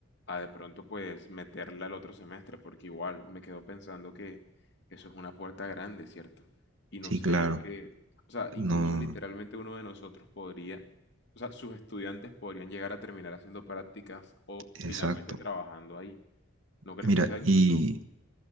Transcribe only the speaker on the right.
sí,
claro,
no,
exacto.
Mira,
y